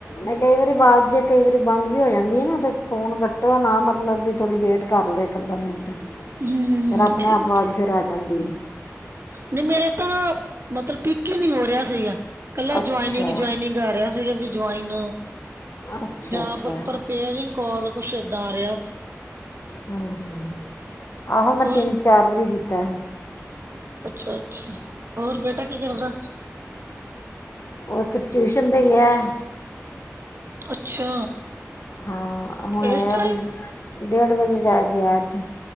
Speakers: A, on the left; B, on the right.
A: ਐ ਕਈ ਵਾਰੀ ਆਵਾਜ਼ ਜੇ ਕਈ ਵਾਰੀ ਬੰਦ ਵੀ ਹੋ ਜਾਂਦੀ ਏ ਨਾ ਤੇ ਫੋਨ ਕੱਟੋ ਨਾ ਮਤਲਬ ਵੀ ਥੋੜ੍ਹੀ ਵੇਟ ਕਰ ਲੋ ਇੱਕ ਅੱਧਾ ਮਿੰਟ
B: ਹਮ ਹਮ
A: ਫਿਰ ਆਪਣੇ
B: ਹਮ ਠੀਕ
A: ਆਪ ਆਵਾਜ਼ ਫੇਰ ਆ ਜਾਂਦੀ ਐ।
B: ਨਈ ਮੇਰੇ ਤਾਂ ਮਤਲ ਪਿਕ ਈ ਨੀ ਹੋ ਰਿਆ ਸੀਗਾ। ਕੱਲਾ
A: ਅੱਛਾ
B: ਜੁਆਇਨਿੰਗ ਜੁਆਇਨਿੰਗ ਆ ਰਿਹਾ ਸੀਗਾ ਵੀ ਜੁਆਇਨ।
A: ਅੱਛਾ
B: ਜਾਂ
A: ਅੱਛਾ
B: ਪਰ ਪਰਪੇਅਰਿੰਗ ਕਾੱਲ ਕੁਛ ਏਦਾਂ ਆ ਰਿਆ ਸੀ।
A: ਹੁੰ, ਹੁੰ ਆਹੋ ਮੈਂ
B: ਹੋਰ
A: ਤਿੰਨ ਚਾਰ ਵਾਰੀ ਕੀਤਾ ਏਹ।
B: ਅੱਛਾ, ਅੱਛਾ ਔਰ ਬੇਟਾ ਕੀ ਕਰਦਾ?
A: ਔ ਇੱਕ ਟਿਊਸ਼ਨ 'ਤੇ ਗਿਆ ਏ
B: ਅੱਛਾ।
A: ਹਾਂ ਹੁਣ
B: ਇਸ
A: ਆਇਆ
B: ਟਾਈਮ
A: ਤੇ ਡੇਢ ਵਜੇ ਜਾ ਕੇ ਅੱਜ